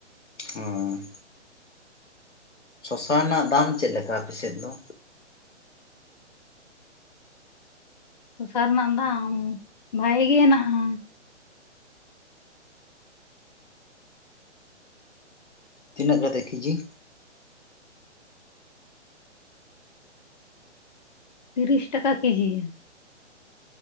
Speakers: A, on the left; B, on the left.
A: ᱦᱚᱸᱻ ᱥᱚᱥᱟ ᱨᱮᱱᱟᱜ ᱫᱟᱢ ᱪᱮᱫ ᱞᱮᱠᱟ ᱟᱯᱮᱥᱮᱫ ᱫᱚ?
B: ᱥᱚᱥᱟ ᱨᱮᱱᱟᱜ ᱫᱟᱢ ᱵᱷᱟᱜᱮ ᱜᱮ ᱦᱮᱱᱟᱜᱼᱟ,
A: ᱛᱤᱱᱟᱹᱜ ᱠᱟᱛᱮ ᱠᱮᱡᱤ?
B: ᱛᱤᱨᱤᱥ ᱴᱟᱠᱟ ᱠᱤᱡᱤ᱾